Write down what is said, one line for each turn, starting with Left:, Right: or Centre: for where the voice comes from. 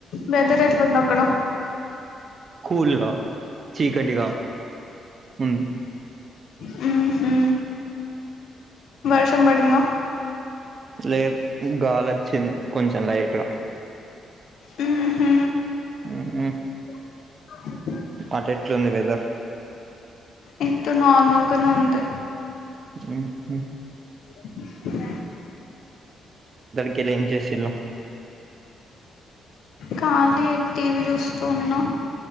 Left: వెదర్ ఎట్లా ఉంది అక్కడ
Right: కూల్గా చీకటిగా హ్మ్
Left: హ్మ్ హు వర్షం పడిందా
Right: లేదు గాలి వచ్చింది కొంచం లైట్గా
Left: ఉ హు
Right: ఉ హు
Left: ఆ-
Right: అటు ఎట్లుంది వెదర్
Left: ఇటు నార్మల్గానే ఉంది
Right: ఉ హు
Left: ఇటు సైడు
Right: ఇటుకెళ్ళి ఏం చేసిర్రు
Left: కాలీ టీవీ చూస్తూ ఉన్నాం